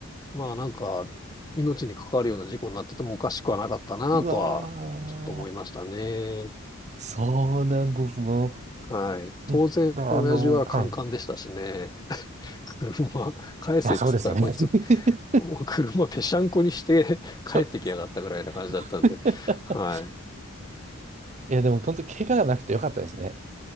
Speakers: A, on the left (about 20°); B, on the right (about 30°).
A: まあなんか、命に関わるような事故になっててもおかしくはなかったなとは、
B: うわー、
A: ちょっと思いましたね。
B: そうなんですね。
A: はい。
B: うん、
A: 当然、
B: だからあの、
A: 親父はカンカンでしたしね。
B: はい。い
A: <laughs> 車、返せっつったらこいつ、
B: や、そうですよね。<laughs>
A: 車ぺしゃんこにして帰ってきやがったぐらいな感じだったんで。
B: そうです。<laughs>
A: はい。
B: いや、でも本当、怪我がなくてよかったですね。